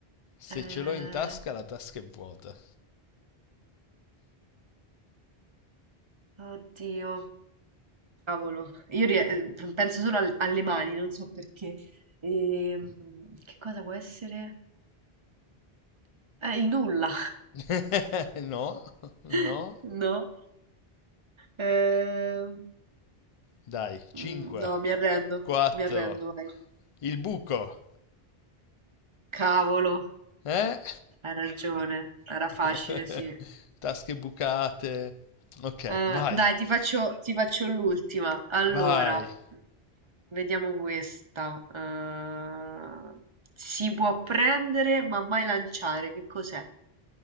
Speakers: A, on the left; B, on the right.
A: Se
B: eh,
A: ce l'ho in tasca, la tasca è vuota.
B: oddio, cavolo. Io ri- eh, penso solo al- alle mani, non so perché. Ehm, che cosa può essere? Eh, il nulla.
A: <laughs> no, no,
B: <laughs> No. Ehm,
A: dai, 5,
B: mm, no, mi arrendo,
A: 4,
B: mi arrendo, vai.
A: il buco,
B: Cavolo,
A: eh?
B: hai ragione, era
A: <laughs>
B: facile, sì.
A: Tasche bucate. Ok,
B: Eh,
A: vai,
B: dai, ti faccio, ti faccio l'ultima. Allora,
A: vai.
B: vediamo questa. Eh, si può prendere ma mai lanciare, che cos'è?